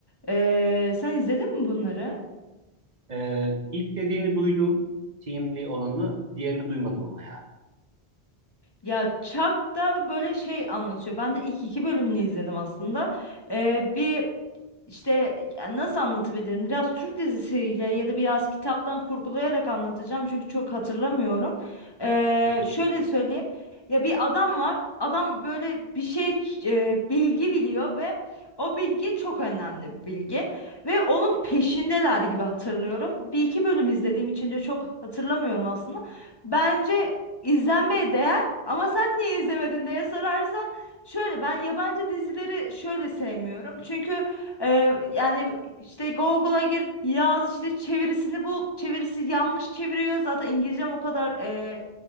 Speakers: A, on the left; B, on the right.
A: Ee, sen izledin mi bunları?
B: Ee, ilk dediğini duydum. Teamli olanı, diğerini duymadım ama ya.
A: Ya Chuck da böyle şey anlatıyor. Ben de ilk iki bölümünü izledim aslında. Ee, bir işte ya nasıl anlatabilirim? Biraz Türk dizisiyle ya da biraz kitaptan kurgulayarak anlatacağım. Çünkü çok hatırlamıyorum. Ee,
B: Hı hı.
A: şöyle söyleyeyim. Ya bir adam var. Adam böyle bir şey e, bilgi biliyor ve o bilgi çok önemli bir bilgi. Ve onun peşindeler gibi hatırlıyorum. Bir iki bölüm izlediğim için de çok hatırlamıyorum aslında. Bence izlenmeye değer ama sen niye izlemedin diye sorarsan şöyle ben yabancı dizileri şöyle sevmiyorum. Çünkü e, yani işte Google'a gir yaz işte çevirisini bul çevirisi yanlış çeviriyor. Zaten İngilizcem o kadar e,